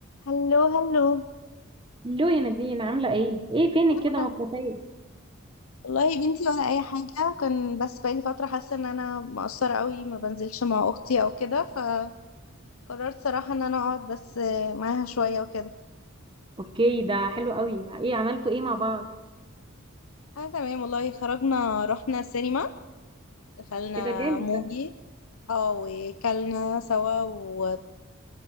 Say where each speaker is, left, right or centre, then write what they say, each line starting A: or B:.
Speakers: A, on the left; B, on the right.
A: هلو هلو
B: لو يا نادين عاملة ايه؟ ايه فينك كده
A: أنا
B: مختفية؟
A: والله يا بنتي ولا اي حاجه كان بس بقالي فتره حاسه ان انا مقصره قوي ما بنزلش مع اختي او كده فقررت صراحه ان انا اقعد بس معاها شويه وكده
B: اوكي ده حلو قوي ايه عملتوا ايه مع بعض؟
A: انا تمام والله خرجنا رحنا السينما دخلنا
B: ايه ده جامد
A: موفي
B: ده
A: اه وكلنا سوا وبس